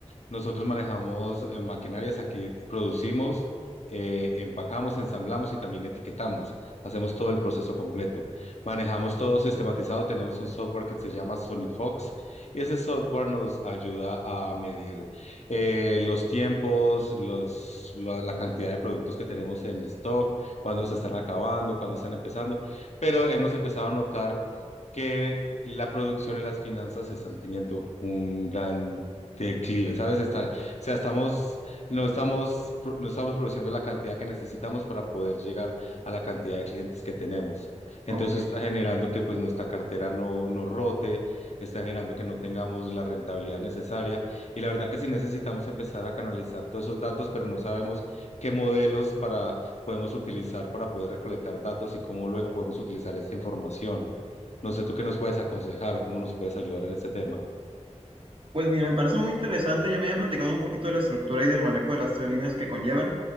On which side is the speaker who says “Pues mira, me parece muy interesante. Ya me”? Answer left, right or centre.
Right